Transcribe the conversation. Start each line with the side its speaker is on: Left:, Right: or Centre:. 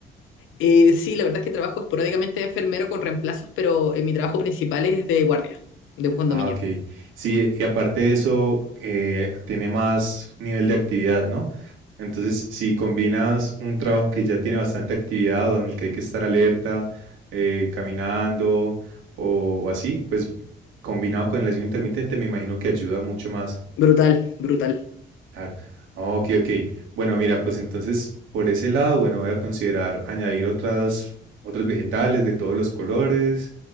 Left: Eh, sí, la verdad es que trabajo esporádicamente de enfermero con reemplazos, pero eh, mi trabajo principal es de guardia, de un condominio.
Right: Ah, ok. Sí, y aparte de eso, eh, tiene más nivel de actividad, ¿no? Entonces, si combinas un trabajo que ya tiene bastante actividad o en el que hay que estar alerta, eh, caminando o, o así, pues combinado con el ayuno intermitente, me imagino que ayuda mucho más.
Left: Brutal, brutal.
Right: Claro. Ah, Ok, ok. Bueno, mira, pues entonces por ese lado, bueno, voy a considerar añadir otras, otros vegetales de todos los colores,